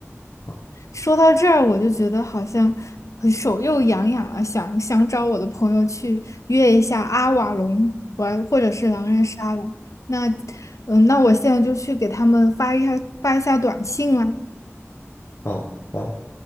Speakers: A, on the left (about 70°); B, on the left (about 85°).
A: 好，
B: 说到这儿，我就觉得好像手又痒痒了，想想找我的朋友去约一下阿瓦隆玩，或者是狼人杀了。那嗯，那我现在就去给他们发一下发一下短信啦。
A: 好，好。